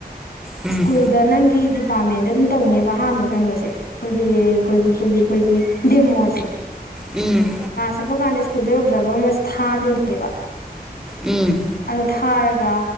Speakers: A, in the centre; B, on the left.
A: ꯎꯝ
B: ꯁ꯭ꯀꯨꯜꯗ ꯅꯪꯒꯤ ꯗꯤꯄꯥꯃꯦꯟꯗ ꯑꯗꯨꯝ ꯇꯧꯅꯦꯕ ꯑꯍꯝꯕ ꯀꯩꯅꯣꯁꯦ ꯑꯩꯈꯣꯏꯒꯤ ꯑꯩꯈꯣꯏꯒꯤ ꯑꯩꯈꯣꯏꯒꯤ ꯑꯩꯈꯣꯏꯒꯤ ꯗꯦꯃꯣꯁꯦ
A: ꯎꯝ
B: <inaudible> ꯁ꯭ꯀꯨꯜꯗꯩ ꯑꯣꯕꯖꯥꯔꯕꯔ ꯑꯃꯁ ꯊꯥꯗꯣꯏꯅꯦꯕ <inaudible>
A: ꯎꯝ
B: ꯑꯗ ꯊꯥꯔꯒ